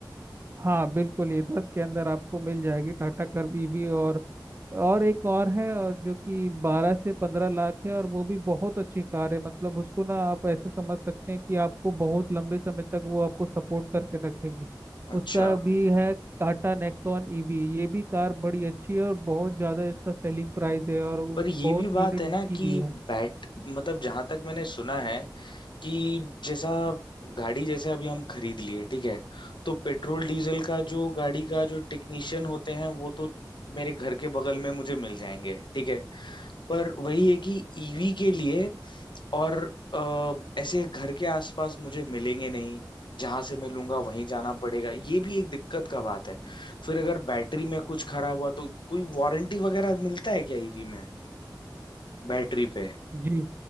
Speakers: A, on the right; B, on the left.
A: हाँ बिल्कुल ये दस के अंदर आपको मिल जाएगी टाटा कर्व ईवी और और एक और है और जो कि बारह से पंद्रह लाख है और वो भी बहुत अच्छी कार है मतलब उसको ना आप ऐसे समझ सकते हैं कि आपको बहुत लंबे समय तक वो आपको सपोर्ट करके रखेगी उसका
B: अच्छा
A: भी है टाटा नेक्सॉन ईवी ये भी कार बड़ी अच्छी है और बहुत ज़्यादा इसका सेलिंग प्राइस है और वो
B: पर ये
A: बहुत
B: भी बात
A: यूनिट
B: है ना
A: बिकी
B: कि
A: भी है
B: बैट मतलब जहां तक मैंने सुना है कि जैसा गाड़ी जैसे अभी हम खरीद लिए ठीक है तो पेट्रोल डीजल का जो गाड़ी का जो टेक्नीशियन होते हैं वो तो मेरे घर के बगल में मुझे मिल जाएंगे ठीक है पर वही है कि ईवी के लिए और अ, ऐसे घर के आसपास मुझे मिलेंगे नहीं जहां से मैं लूंगा वहीं जाना पड़ेगा ये भी एक दिक्कत का बात है फिर अगर बैटरी में कुछ खराब हुआ तो कोई वारंटी वगैरह मिलता है क्या ईवी में बैटरी पे
A: जी